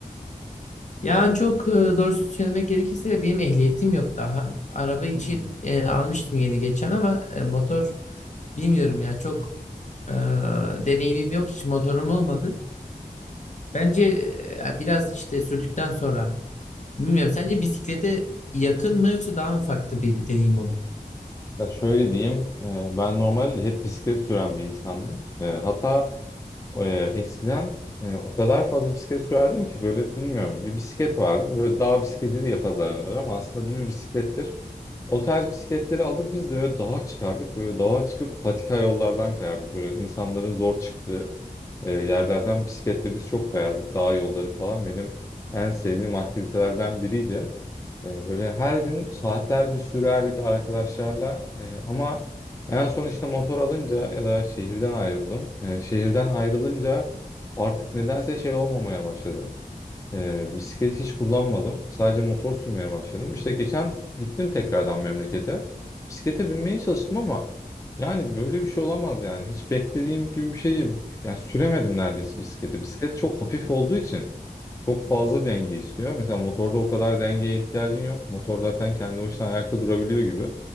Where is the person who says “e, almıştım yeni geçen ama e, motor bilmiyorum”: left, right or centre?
Left